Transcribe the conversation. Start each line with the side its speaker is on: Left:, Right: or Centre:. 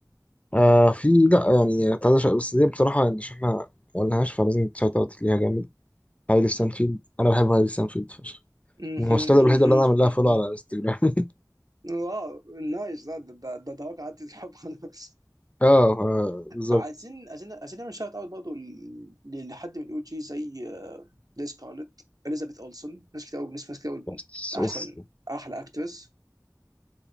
Left: آه في لا يعني كنت عايز أشوت- بس دي بصراحه يعني عشان احنا ما قلناهاش فلازم تشوت اوت ليها جامد هايلي ستانفيلد انا بحب هايلي ستانفيلد فشخ
Right: مهم،
Left: الممثله
Right: مهم،
Left: الوحيده اللي انا عامل لها
Right: مهم.
Left: فولو على انستجرام
Right: واو نايس ده ده ده ده ده عدت الحب خلاص
Left: اه آه، بالظبط
Right: عايزين عايزين عايزين نعمل شوت اوت برضه ل- ل- لحد من الاو جي زي آه، ليز سكارلت اليزابيث اولسون ناس كتير قوي ناس ناس كتير قوي
Left: بس
Right: احسن
Left: اوف
Right: احلى اكترس